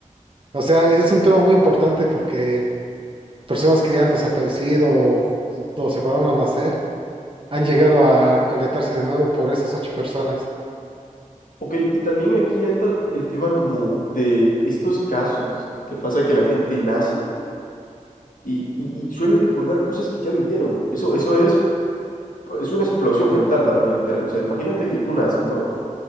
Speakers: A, on the right (about 40°); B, on the left (about 80°).
A: O sea, es un tema muy importante porque personas que han desaparecido o o se pararon a nacer han llegado a conectarse de nuevo por esas ocho personas.
B: Ok, y también aquí entra t- el tema como de estos casos que pasa que la gente nace y, y, y suele recordar cosas que ya vivieron. Eso, eso es, es una explosión mental para mí, literal. O sea, imagínate que tú naces, ¿no?